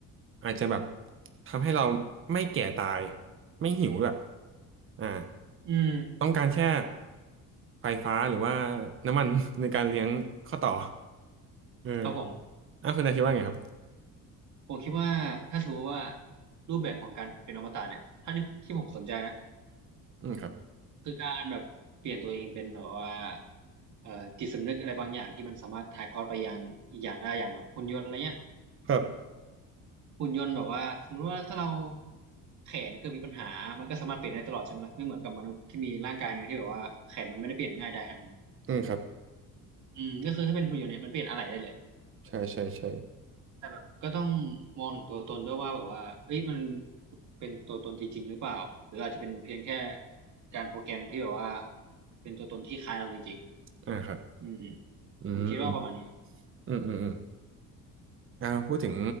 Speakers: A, on the right; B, on the right.
A: อาจจะแบบทำให้เราไม่แก่ตายไม่หิวด้วยอ่า
B: อืม
A: ต้องการแค่ไฟฟ้าหรือว่าน้ำมัน <laughs> ในการเลี้ยงข้อต่อเออ
B: ครับผม
A: อ่ะคุณนายคิดว่าไงครับ
B: ผมคิดว่าถ้าถือว่ารูปแบบของการเป็นอมตะเนี่ยถ้าที่ที่ผมสนใจนะ
A: อืมครับ
B: คือการแบบเปลี่ยนตัวเองเป็นแบบว่าเอ่อจิตสำนึกอะไรบางอย่างที่มันสามารถถ่ายทอดไปยังอีกอย่างได้อย่างแบบหุ่นยนต์อะไรเงี้ย
A: ครับ
B: หุ่นยนต์แบบว่าสมมุติว่าถ้าเราแขนเกิดมีปัญหามันก็สามารถเปลี่ยนได้ตลอดใช่ไหมล่ะไม่เหมือนกับมนุษย์ที่มีร่างกายหนึงที่แบบว่าแขนมันไม่ได้เปลี่ยนง่ายได้ขนาดนั้น
A: อืมครับ
B: อืมก็คือถ้าเป็นหุ่นยนต์เนี่ยมันเปลี่ยนอะไรได้เลย
A: ใช่ใช่ใช่
B: แต่แบบก็ต้องมองถึงตัวตนด้วยว่าแบบว่าเอ้ยมันเป็นตัวตนจริงๆหรือเปล่าหรืออาจจะเป็นเพียงแค่การโปรแกรมที่แบบว่าเป็นตัวตนที่คล้ายเราจริง
A: อ่าครับ
B: ๆอืม
A: อืม
B: ผมคิดว่าประมาณนี้ครับ
A: อืมอืมอืม อ่าพูดถึง